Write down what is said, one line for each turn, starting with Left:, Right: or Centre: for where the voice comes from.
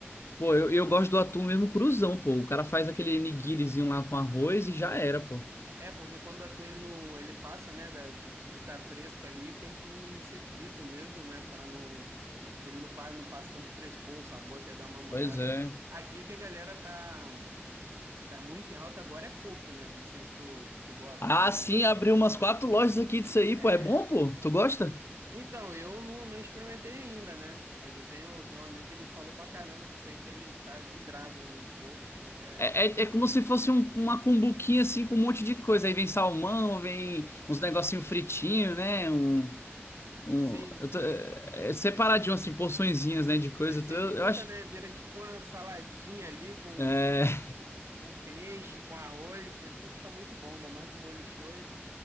Left: Pô, eu, eu gosto do atum mesmo cruzão, pô. O cara faz aquele nigirizinho lá com arroz e já
Right: Sim.
Left: era, pô.
Right: É, porque quando atua ele no. Ele passa, né? da- de estar fresco ali, tem que ser frito mesmo, né? Para não. Que ele não, pa- não passe tanto frescor, o sabor até dar uma mudada.
Left: Pois é.
Right: Aqui o que a galera tá. Tá muito em alta agora é poke, né? Não sei se tu, tu gosta
Left: Ah,
Right: também.
Left: sim, abriu umas quatro lojas aqui disso aí,
Right: É,
Left: pô. É bom, pô? Tu gosta?
Right: Então, eu não, não experimentei ainda, né? Mas eu tenho, tenho um amigo que ele falou pra caramba disso aí, que ele tá vidrado em poke, falou que é
Left: É,
Right: surreal.
Left: é, é como se fosse um- uma cumbuquinha assim com um monte de coisa. Aí vem salmão, vem uns negocinho fritinho, né? Um, Um,
Right: Sim,
Left: eu tô, é, é, separadinho, assim, porçõezinhas, né, de coisa.
Right: aí você
Left: Eu, tô- eu
Right: junta,
Left: acho.
Right: né? Vira tipo uma saladinha ali com,
Left: É, <laughs>
Right: com peixe, com arroz. Ele falou que fica muito bom, ainda mais com molho shoyu.